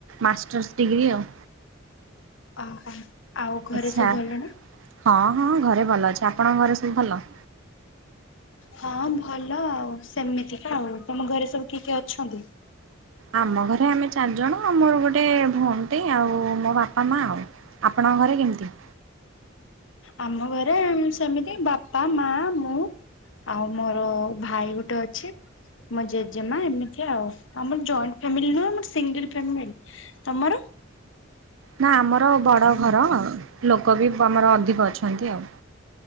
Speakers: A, on the right (about 80°); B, on the left (about 70°).
A: ମାଷ୍ଟର୍ସ ଡିଗ୍ରୀ ଆଉ।
B: ଓହୋ ଆଉ ଘରେ
A: ଆଚ୍ଛା
B: ସବୁ ଭଲ ନା?
A: ହଁ ହଁ ଘରେ ଭଲ ଅଛି ଆପଣଙ୍କ ଘରେ ସବୁ ଭଲ?
B: ହଁ ଭଲ ଆଉ ସେମିତି କା ଆଉ ତମ ଘରେ ସବୁ କିଏ କିଏ ଅଛନ୍ତି?
A: ଆମ ଘରେ ଆମେ ଚାରିଜଣ ଆ ମୋର ଗୋଟେ ଭଉନି ଟେ ଆଉ ମୋ ବାପା ମାଆ ଆଉ। ଆପଣଙ୍କ ଘରେ କେମିତି?
B: ଆମ ଘରେ ସେମିତି ବାପା ମାଆ ମୁଁ। ଆଉ ମୋର ଭାଇ ଗୋଟେ ଅଛି। ମୋ ଜେଜେମା ଏମିତି ଆଉ ଆମର ଜଏଣ୍ଟ ଫ୍ୟାମିଲି ନୁହଁ ଆମର ସିଙ୍ଗିଲ୍ ଫ୍ୟାମିଲି। ତମର?
A: ନା ଆମର ବଡ଼ ଘର ଲୋକ ବି ଆମର ଅଧିକ ଅଛନ୍ତି ଆଉ।